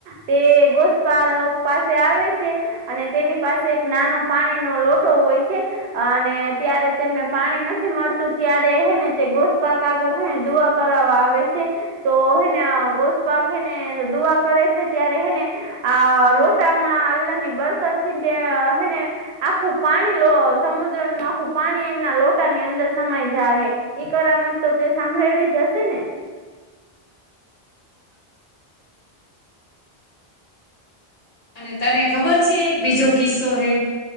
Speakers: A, on the right (about 85°); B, on the left (about 40°).
A: તે ગોસ્પા પાસે આવે છે. અને તેની પાસે એક નાનો પાણીનો લોટો હોય છે, અને ત્યારે તેમને. પાણી નથી મળતું ત્યારે હેને તે ગોસપાક આગળને દુઆ કરવા આવે છે, તો હેને ગોસપાક હેને દુઆ કરે છે, ત્યારે હેને. આ લોટામાં અલ્લાહ ની બરકત થઈને ત્યા હેને. આખું પાણી લો સમુદ્રનું આખું પાણી એમ, ના લોટાની અંદર સમાઈ જાય હેઈ કરમત તોતે સાંભળેલી જ હશેને,
B: અને તને ખબર છે, બીજો કિસ્સો હે